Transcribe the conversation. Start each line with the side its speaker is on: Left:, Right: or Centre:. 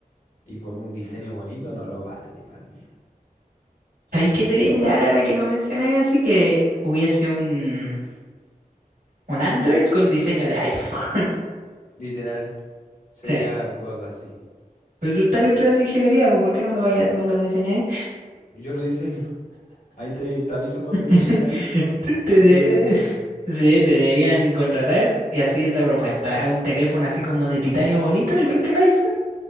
Left: y por un diseño bonito, no lo vale para mí.
Right: ¿Sabéis qué sería ideal ahora que lo mencionáis así? Que hubiese un, un Android con diseño de iPhone. <laughs>
Left: Literal, sería
Right: Sí.
Left: God así.
Right: Pero tú estás estudiando ingeniería, pues ¿por qué no lo, vaya- no lo diseñáis?
Left: Yo lo diseño. Ahí te, te aviso cuando
Right: <laughs>
Left: lo tenga listo
Right: Te, te
Left: y
Right: de-
Left: te digo que lo compré.
Right: Sí, te deberían contratar y así es la propuesta. Un teléfono así como de titanio bonito, igual que el iPhone,